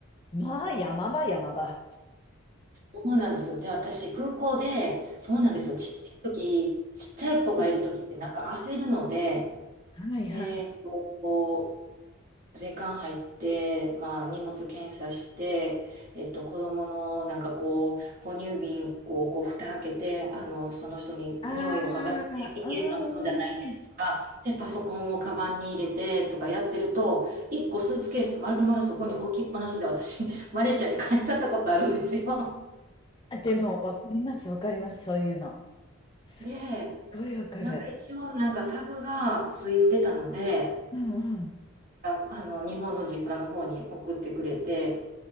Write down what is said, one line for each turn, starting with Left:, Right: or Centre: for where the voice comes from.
Left: まあ山場山場。
Right: そうなんですよ。で、私、空港で、そうなんですよ。ちっちゃい時、ちっちゃい子がいる時って、
Left: <laughs>
Right: なんか焦るので、
Left: はいはい。
Right: で、こう、時間入って、まあ、荷物検査して、えっと、子供のなんかこう、哺乳瓶をこう、蓋開けて、あの、その人に匂いを嗅がせて、
Left: ああ、
Right: 危険なものじゃないですとか、
Left: うんうん。
Right: で、パソコンをカバンに入れてとかやってると、一個スーツケース丸々そこに置きっぱなしで私、<laughs> マレーシアに帰っちゃったことあるんですよ。
Left: あ、でも、わかります、わかります、そういうの。す
Right: で、
Left: っごいわかる。
Right: なんか一応なんかタグがついてたので、
Left: うんうん。
Right: あ、あの、日本の実家の方に送ってくれて、